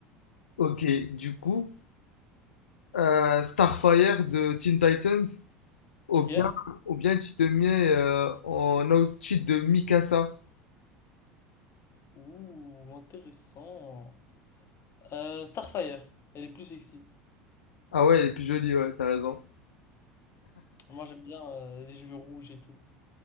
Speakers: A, on the left; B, on the left.
A: Ok, du coup, euh, Starfire de Teen Titans. Ou
B: Ok?
A: bien, ou bien tu te mets euh, en outfit de Mikasa.
B: Ouh, intéressant. Euh, Starfire, elle est plus sexy.
A: Ah ouais, elle est plus jolie, ouais, t'as raison.
B: Moi j'aime bien euh, les cheveux rouges et tout.